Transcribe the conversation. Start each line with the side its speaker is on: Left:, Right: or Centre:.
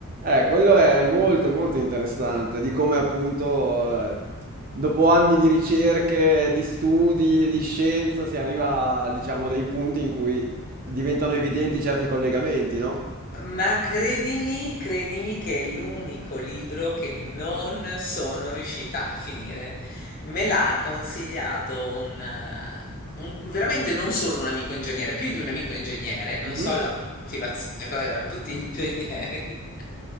Right: Eh, quello è molto molto interessante, di come appunto eh, dopo anni di ricerche, di studi, di scienza si arriva, diciamo, a dei punti in cui diventano evidenti certi collegamenti, no?
Left: Ma credimi, credimi che è l'unico libro che non sono riuscita a finire. Me l'ha consigliato un, eh, un- veramente non solo un amico ingegnere, più di un amico ingegnere, non
Right: Mhm.
Left: so la motivazione, però erano tutti <laughs> ingegneri.